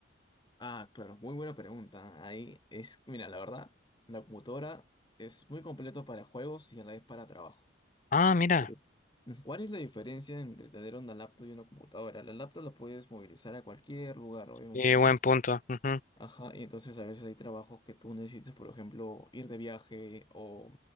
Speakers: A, on the left; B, on the left.
A: Ah, claro, muy buena pregunta. Ahí es, mira, la verdad, la computadora es muy completo para juegos y a la vez para trabajo.
B: Ah, mira,
A: Pero, ¿cuál es la diferencia entre tener una laptop y una computadora? La laptop la puedes movilizar a cualquier lugar, obviamente,
B: eh,
A: ¿no?
B: buen punto. Ujú,
A: Ajá, y entonces a veces hay trabajos que tú necesitas, por ejemplo, ir de viaje o